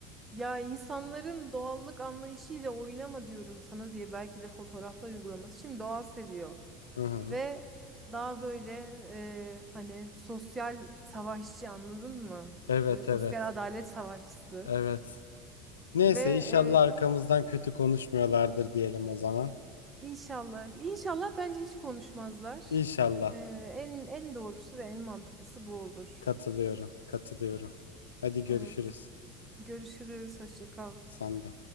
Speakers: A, on the right (about 20°); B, on the left (about 85°).
A: Ya insanların doğallık anlayışıyla oynama diyorum sana diye belki de fotoğraflar uygulaması. Şimdi doğa seviyor
B: Hı hı.
A: ve daha böyle e, hani sosyal savaşçı anladın mı?
B: Evet
A: Böyle sosyal
B: evet.
A: adalet savaşçısı
B: Evet. Neyse
A: ve
B: inşallah
A: e,
B: arkamızdan kötü konuşmuyorlardır diyelim o zaman.
A: inşallah inşallah bence hiç konuşmazlar.
B: İnşallah.
A: E, en en doğrusu ve en mantıklısı bu olur.
B: Katılıyorum. Katılıyorum. Hadi görüşürüz.
A: Evet. Görüşürüz. Hoşça kal.
B: Sen de.